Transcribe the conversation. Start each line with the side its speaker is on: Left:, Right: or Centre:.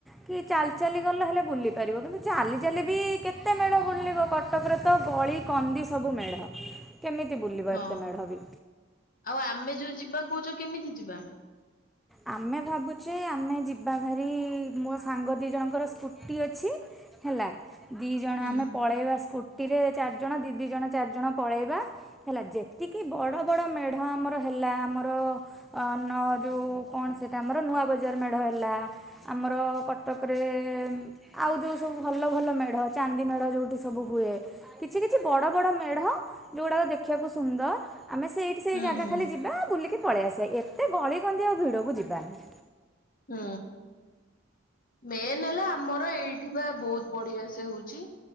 Centre: କି ଚାଲ୍ଚାଲି ଗଲେ ହେଲେ ବୁଲିପାରିବ, କିନ୍ତୁ ଚାଲି-ଚାଲି ବି କେତେ ମେଢ ବୁଲିବ କଟକରେ ତ ଗଳି କନ୍ଦି ସବୁ ମେଢ଼ କେମିତି ବୁଲିବ
Left: ହଁ।
Centre: ଏତେ ମେଢ଼ ବି।
Left: ଆଉ ଆମେ ଯୋଉ ଯିବା କହୁଚ କେମିତି ଯିବା?
Centre: ଆମେ ଭାବୁଚେ ଆମେ ଯିବା ଭାରି ମୋ ସାଙ୍ଗ ଦି ଜଣଙ୍କର ସ୍କୁଟି ଅଛି ହେଲା, ଦି ଜଣ
Left: ହୁଁ
Centre: ଆମେ ପଳେଇବା ସ୍କୁ ଟିରେ ଚାରିଜଣ ଦି-ଦି ଜଣ ଚାରିଜଣ ପଳେଇବା। ହେଲା ଯେତିକି ବଡ଼-ବଡ଼ ମେଢ଼ ଆମର ହେଲା ଆମର ନ ଯୋଉ କଣ ସେଇଟା ଆମର ନୂଆ ବଜାର ମେଢ଼ ହେଲା, ଆମର କଟକ୍ ରେ ଆଉ ଯୋଉ ସବୁ ଭଲ-ଭଲ ମେଢ଼ ଚାନ୍ଦି ମେଢ଼ ଯୋଉଠି ସବୁ ହୁଏ। କିଛି-କିଛି ବଡ-ବଡ ମେଢ ଯୋଉ ଗୁଡାକ ଦେଖିବାକୁ ସୁନ୍ଦର୍ ଆମେ ସେଇ କି ସେଇ
Left: ହୁଁ
Centre: ଜାଗା
Left: ହୁଁ
Centre: ଖାଲି ଯିବା ବୁଲିକି ପଳେଇ ଆସିଆ, ଏତେ ଗଳି କନ୍ଦି ଆଉ ଭିଡ଼କୁ ଯିବାନି।
Left: ହୁଁ। ମେନ୍ ହେଲା ଆମର ଏଇଠି ବା ବହୁତ ବଢିଆ ସେ ହଉଛି।